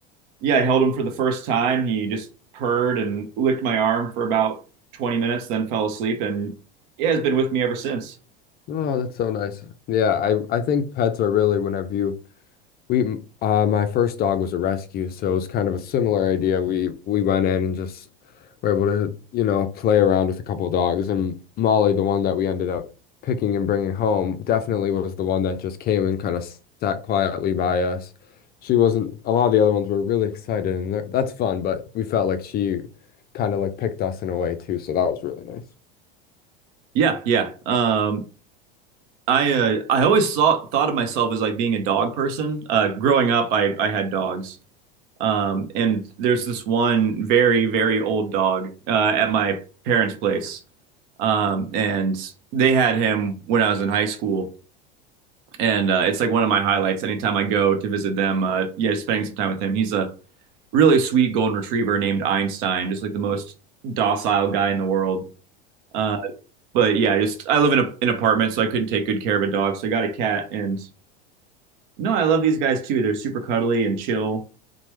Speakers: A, on the right; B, on the left.
A: yeah, I held him for the first time. He just purred and licked my arm for about 20 minutes, then fell asleep, and yeah, has been with me ever since.
B: Oh, that's so nice. Yeah, I I think pets are really whenever you We, m- uh, my first dog was a rescue, so it was kind of a similar idea. We we went in and just were able to, you know, play around with a couple of dogs. And Molly, the one that we ended up picking and bringing home, definitely was the one that just came and kind of sat quietly by us. She wasn't, a lot of the other ones were really excited, and that- that's fun, but we felt like she kind of like picked us in a way too, so that was really nice.
A: Yeah, yeah. Um, I uh, I always thought thought of myself as like being a dog person. Uh, growing up, I I had dogs, um, and there's this one very very old dog uh, at my parents' place, um, and they had him when I was in high school, and uh, it's like one of my highlights. Anytime I go to visit them, uh, yeah, just spending some time with him. He's a really sweet golden retriever named Einstein, just like the most docile guy in the world. Uh, but yeah, just I live in a, an apartment, so I couldn't take good care of a dog, so I got a cat and. No, I love these guys too. They're super cuddly and chill.